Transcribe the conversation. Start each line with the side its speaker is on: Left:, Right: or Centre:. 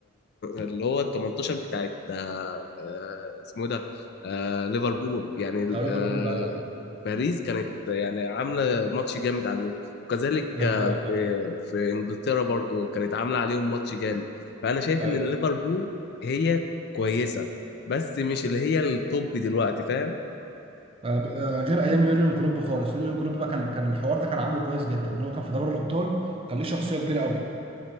Left: اللي هو ال 18 بتاعت آه، آه، اسمه إيه ده آه، ليفربول يعني ال-
Right: بتاع ليفربول
Left: آه،
Right: ايوه
Left: باريس كانت يعني عامله ماتش جامد عليهم وكذلك
Right: دي
Left: آه،
Right: حقيقة فعلا
Left: في في انجلترا برضو كانت عامله عليهم ماتش جامد فانا شايف
Right: ايوه
Left: ان ليفربول هي كويسه بس مش اللي هي التوب دلوقتي فاهم
Right: آه، ب- آه، غير ايام يوريون كلوب خالص يوريون كلوب بقى كان كان الحوار ده كان عامله كويس جدا اللي هو كان في دوري الابطال كان ليه شخصية كبيرة قوي